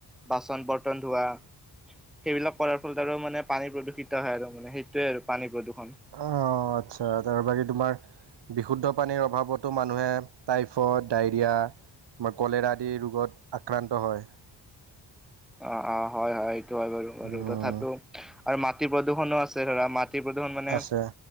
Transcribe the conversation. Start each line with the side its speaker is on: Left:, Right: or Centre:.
Centre: বাচন বৰ্তন ধোৱা সেইবিলাক কৰাৰ ফলত আৰু মানে পানী প্ৰদূষিত হয় আৰু মানে সেইটোৱে আৰু পানী প্ৰদূৰষণ।
Right: অ', আচ্ছা তাৰ বাকী তোমাৰ। বিশুদ্ধ পানীৰ অভাৱতো মানুহে টাইফইড, ডায়ৰিয়া আমাৰ কলেৰা আদি ৰোগত আক্ৰান্ত হয়।
Centre: অ অ হয় হয় সটো হয় বাৰু বাৰু
Right: উম,
Centre: তথাপিও আৰু মাটিৰ প্ৰদূষণো আছে ধৰা মাটি। প্ৰদূষণ মানে
Right: আছে